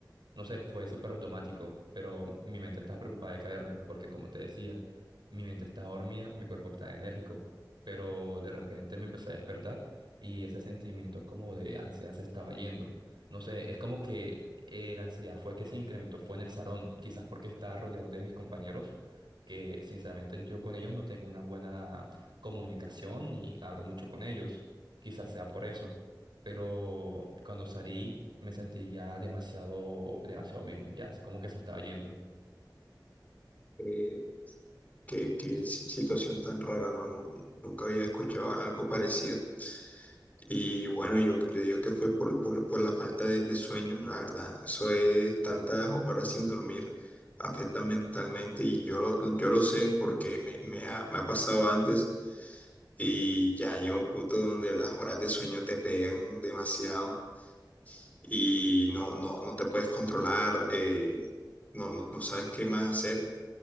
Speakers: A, on the right; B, on the left.
A: no sé, fue súper automático, pero mi mente está preocupada de caerme, porque como te decía, mi mente está dormida, mi cuerpo está enérgico, pero de repente me empecé a despertar y ese sentimiento como de ansiedad se estaba yendo. No sé, es como que eh, la ansiedad fue que se incrementó, fue en el salón, quizás porque estaba rodeado de mis compañeros, que sinceramente yo con ellos no tengo una buena comunicación ni hablo mucho con ellos, quizás sea por eso pero cuando salí me sentí ya demasiado, demasiado bien, ya es como que se estaba yendo.
B: Eh, qué, qué si- situación tan rara, ¿no? Nu- Nunca había escuchado algo parecido. Y bueno, yo, yo digo que fue por, por, por la falta de, de sueño, la verdad. Eso es tantas horas sin dormir, afecta mentalmente y yo lo, yo lo sé porque me, me ha, me ha pasado antes y ya llega un punto donde las horas de sueño te pegan demasiado y no, no, no te puedes controlar, eh, no, no, no sabes qué más hacer.